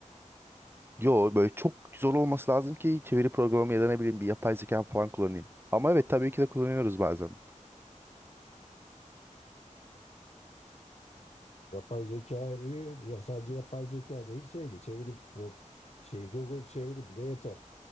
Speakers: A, on the right; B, on the left.
A: Yo böyle çok zor olması lazım ki çeviri programı ya da ne bileyim bir yapay zeka falan kullanayım. Ama evet tabii ki de kullanıyoruz bazen.
B: Yapay zekayı ya sadece yapay zeka değil şeydi çevirip bu şey Google çeviri bile yeter.